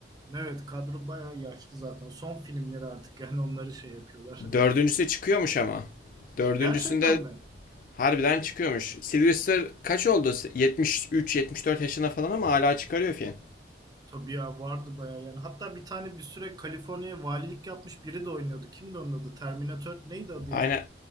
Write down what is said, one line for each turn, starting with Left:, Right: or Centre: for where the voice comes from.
Right: Evet kadro bayağı yaşlı zaten. Son filmleri artık yani onları şey yapıyorlar.
Left: Dördüncüsü
Right: <laughs>
Left: çıkıyormuş ama. Dördüncüsünde
Right: Gerçekten mi?
Left: harbiden çıkıyormuş. Sylvester kaç oldu? 73 dört yaşında falan ama hala çıkarıyor film.
Right: Tabii ya vardı bayağı yani. Hatta bir tane bir süre Kaliforniya valilik yapmış biri de oynuyordu. Kimdi onun adı? Terminator neydi adı
Left: Aynen.
Right: ya?